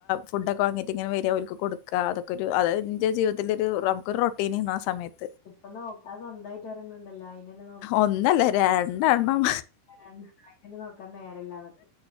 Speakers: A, on the left; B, on the left.
A: ഫുഡൊക്കെ വാങ്ങിട്ട് ഇങ്ങനെ വരിക ഓല്ക്ക് കൊടുക്ക അതൊക്കെ ഒരു അത് ൻ്റെ ജീവിതത്തി ൻ്റൊരു റമുക്കൊരുറട്ടീനുണ്ടാ സമയത്ത്
B: ഇപ്പൊ നോക്കാ സ്വന്തമായിട്ട് ഒരെണ്ണം ഉണ്ടല്ലോ അയിനെന്നെ
A: ഒന്നല്ല രണ്ടെണ്ണം
B: അങ്ങനെ നോക്കാൻ നേരല്ലാതെ